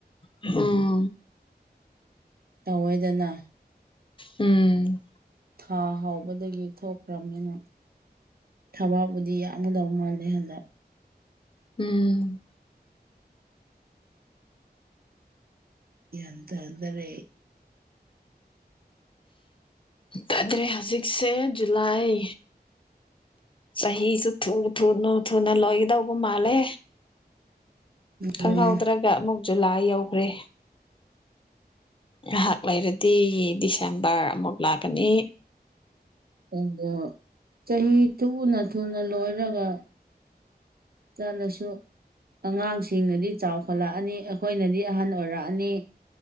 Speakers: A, on the left; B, on the right.
A: ꯎꯝ
B: ꯇꯧꯋꯦꯗꯅꯥ
A: ꯎꯝ
B: ꯊꯥ ꯍꯥꯎꯕꯗꯒꯤ ꯊꯣꯛꯈ꯭ꯔꯕꯅꯦꯅ ꯊꯕꯛꯕꯨꯗꯤ ꯌꯥꯝꯒꯗꯧ ꯃꯥꯜꯂꯦ ꯍꯟꯗꯛ
A: ꯎꯝ
B: ꯒꯌꯥꯟ ꯇꯥꯗ꯭ꯔꯦ
A: ꯇꯥꯗ꯭ꯔꯦ ꯍꯧꯖꯤꯛꯁꯦ ꯖꯨꯂꯥꯏ ꯆꯍꯤꯁꯨ ꯊꯨ ꯊꯨꯅ ꯊꯨꯅ ꯂꯣꯏꯒꯗꯧꯕ ꯃꯥꯜꯂꯦ
B: ꯑꯗꯨꯅꯦ
A: ꯈꯪꯍꯧꯗ꯭ꯔꯒ ꯑꯃꯨꯛ ꯖꯨꯂꯥꯏ ꯌꯧꯒ꯭ꯔꯦ ꯉꯥꯏꯍꯥꯛ ꯂꯩꯔꯗꯤ ꯗꯤꯁꯦꯝꯕꯔ ꯑꯃꯨꯛ ꯂꯥꯛꯀꯅꯤ
B: ꯑꯗꯣ ꯆꯍꯤ ꯊꯨꯅ ꯊꯨꯅ ꯂꯣꯏꯔꯒ ꯆꯠꯂꯁꯨ ꯑꯉꯥꯡꯁꯤꯡꯅꯗꯤ ꯆꯥꯎꯈꯠꯂꯛꯑꯅꯤ ꯑꯩꯈꯣꯏꯅꯗꯤ ꯑꯍꯟ ꯑꯣꯏꯔꯛꯑꯅꯤ